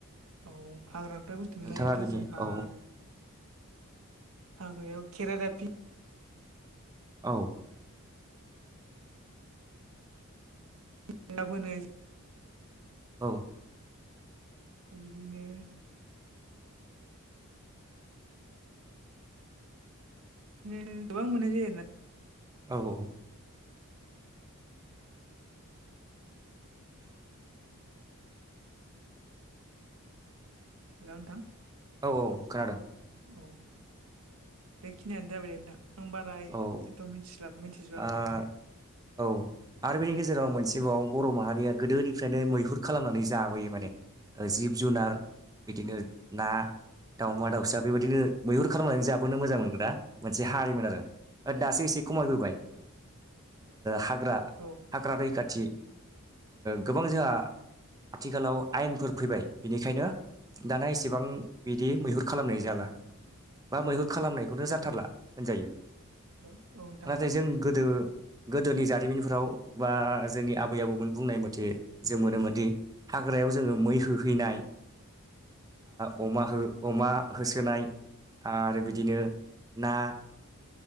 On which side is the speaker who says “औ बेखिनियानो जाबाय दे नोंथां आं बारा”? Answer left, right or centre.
Right